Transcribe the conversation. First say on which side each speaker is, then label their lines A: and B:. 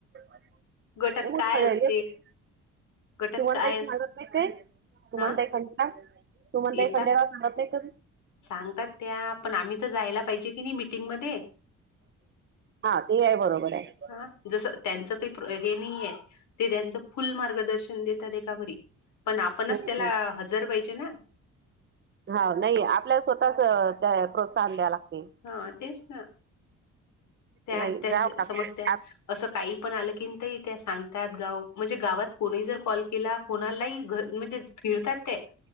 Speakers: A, on the right; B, on the left.
A: <unintelligible>
B: गटात काय
A: खर
B: असते
A: <unintelligible>
B: गटात
A: सुमनताई
B: काय
A: सांगत
B: अस
A: नाही काय, सुमनताई
B: हा
A: खंडेराय सुमनताई
B: येतात
A: खंडेराय सांगत नाही कधी?
B: सांगतात त्या पण आम्ही तर जायला पाहिजे की नाही मीटिंगमध्ये?
A: हा ते आहे बरोबर. आहे
B: हा जसं त्यांचं काही हे नाहीये ते त्यांचं फुल मार्गदर्शन देतात एकावरी पण आपणच
A: हम्म
B: त्याला हजर पाहिजे ना?
A: हा नाही आपल्याला स्वतःच त्या प्रोत्साहन द्या लागते.
B: हा तेच ना. त्या
A: नाही
B: त्यांच्या
A: जावं लागत
B: समजत्या असं काही पण आलं की, ताई त्या सांगतात गाव म्हणजे गावात कोणी जर कॉल केला कोणालाही घर म्हणजे फिरतात ते.